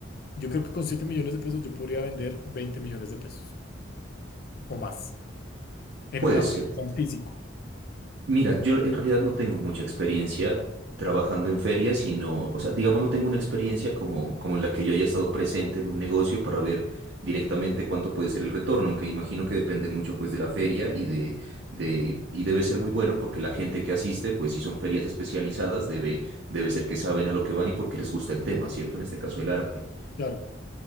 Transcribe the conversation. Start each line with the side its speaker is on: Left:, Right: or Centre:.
Left: Yo creo que con 7 millones de pesos yo podría vender 20 millones de pesos o más en
Right: Puede
Left: una
Right: ser.
Left: feria, o sea, en físico.
Right: Mira, yo en realidad no tengo mucha experiencia trabajando en ferias, sino, o sea, digamos, no tengo una experiencia como, como en la que yo haya estado presente en un negocio para ver directamente cuánto puede ser el retorno, aunque imagino que depende mucho pues de la feria y de, de, y debe ser muy bueno porque la gente que asiste, pues si son ferias especializadas, debe, debe ser que saben a lo que van y porque les gusta el tema, ¿cierto? En este caso el arte.
Left: Claro,